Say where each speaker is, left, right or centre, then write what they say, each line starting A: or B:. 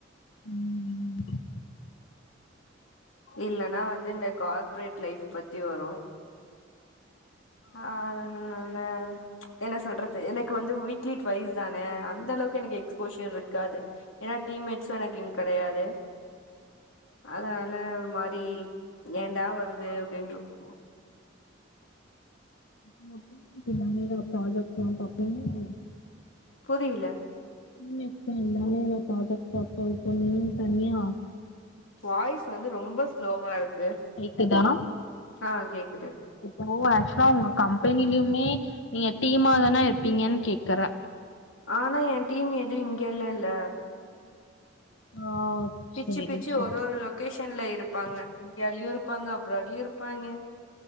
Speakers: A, on the left; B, on the left.
A: ம் ம்
B: இல்லன்னா வந்து இந்த கார்ப்பரேட் லைஃப் பத்தி வரு ஆ அதனால என்ன சொல்றது எனக்கு வந்து வீக்லி ட்டுவைஸ் தானே அந்த அளவுக்கு எனக்கு எக் ஸ்போஷர் இருக்காது ஏனா டீம்மேட்ஸும் எனக்கு இங்க கெடையாது அதனால ஒரு மாரி ஏன்டா வருது அப்டின்னு இருக்கு
A: <unintelligible> ப்ராஜெக்ட் பண்ணி பாப்பிங்கிங்லா என்ன
B: புரியில
A: ம் எப்ப தானே ப்ராஜெக்ட் பாப்போ இப்போ இன்னு தனியா
B: வாய்ஸ் வந்து ரொம்ப ஸ்லோவா இருக்கு
A: கேக்குதா
B: ஆ கேக்குது
A: இப்போ ஆக்சுவலா உங்க கம்பெனிலயுமே நீங்க டீமா தான இருப்பீங்கன்னு கேக்குறா
B: ஆனா எ டீம் எதுவு இங்க இல்லேல
A: ஆ
B: பிச்சு
A: சேரி
B: பிச்சு
A: சேரி
B: ஒரு ஒரு லொகேஷன்ல இருப்பாங்க இந்தியாலயு இருப்பாங்க அப்ராட்லயு இருப்பாய்ங்க